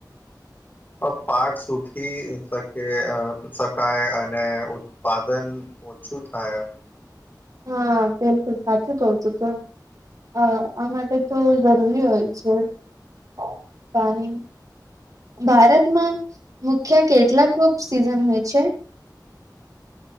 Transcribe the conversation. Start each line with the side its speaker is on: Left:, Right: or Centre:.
Left: પ પાક સુખી સકે અ સ.... થાય અને ઉત્પાદન ઓછું થાય એમ.
Right: હા, બિલકુલ સાચું કવ તું તો. હ, આ માટે તો જરૂરી હોય છે પા પાની. ભારતમાં મુખ્ય કેટલાક રૂપ સિઝન હોય છે.